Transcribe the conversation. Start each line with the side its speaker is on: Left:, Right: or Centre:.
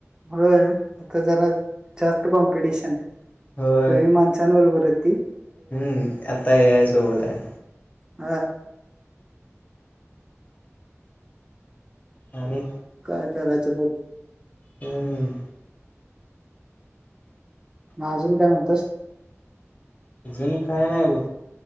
Right: होय आता जरा जास्त कॉम्पिटिशन आहे.
Left: होय
Right: पूर्वी माणसांबरोबर आहेत. ती
Left: हम्म आता एआये सोबत आहे.
Right: हा.
Left: आणि.
Right: काय करायचं बघ.
Left: हम्म.
Right: म अजून काय म्हणतोस.
Left: अजून काय नाही बघ.